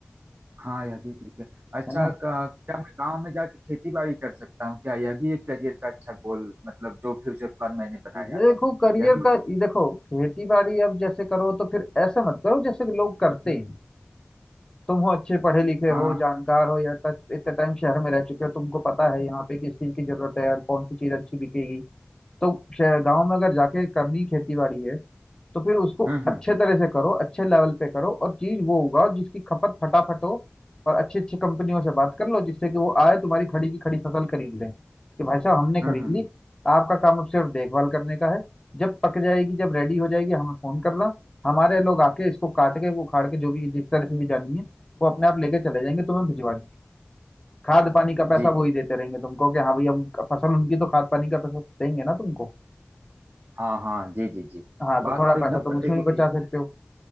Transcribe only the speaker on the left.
है ना
देखो
करियर
का ये देखो खेती बाड़ी अब जैसे करो तो फिर ऐसा मत करो जैसे कि लोग करते
हैं तुम हो अच्छे पढ़े लिखे
हो
जानकार हो या टच इतने टाइम शहर में रह चुके हो तुमको पता है यहाँ पे किस चीज की जरूरत है और कौन सी चीज अच्छी बिकेगी तो शहर गांव में अगर जाके करनी खेती बाड़ी है तो फिर उसको
अच्छे तरह से करो अच्छे लेवल पे करो और चीज वो उगाओ जिसकी खपत फटाफट हो और अच्छी अच्छी कंपनियों से बात कर लो जिससे कि वो आए तुम्हारी खड़ी की खड़ी फसल खरीद लें कि भाई साहब हमने खरीद
ली आपका काम अब सिर्फ देखभाल करने का है जब पक जाएगी जब रेडी हो जाएगी हमें फोन करना हमारे लोग आके इसको काट के उखाड़ के जो भी जिस तरह से भी जानी है वो अपने आप लेके चले जाएंगे तुम्हें भिजवा देंगे खाद पानी का पैसा
वो ही देते रहेंगे तुमको कि हाँ भैया अब फसल उनकी तो खाद पानी का पैसा देंगे ना तुमको
हाँ तो
थोड़ा
पैसा तुम
उसमें
भी
बचा
सकते हो